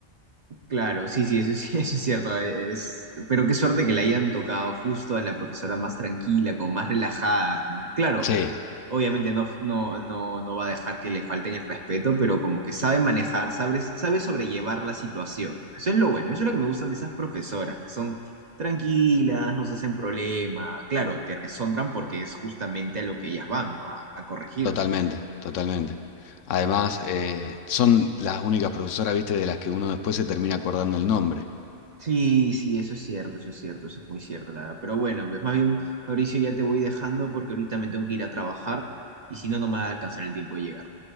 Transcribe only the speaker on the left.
Sí,
totalmente, totalmente. Además, eh, son las únicas profesoras, viste, de las que uno después se termina acordando el nombre.